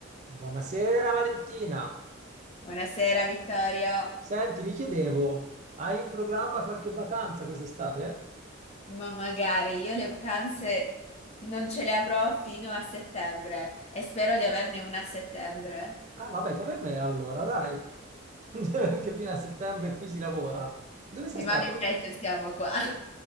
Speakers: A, on the right; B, on the left.
A: Buonasera Valentina.
B: Buonasera Vittorio,
A: Senti, mi chiedevo, hai in programma qualche vacanza quest'estate?
B: ma magari io le vacanze non ce le avrò fino a settembre e spero di averne una a settembre.
A: Ah, vabbè, come me allora, dai. <laughs> Perché fino a settembre qui si lavora. Dove
B: Di
A: sei stata?
B: male in peggio siamo qua.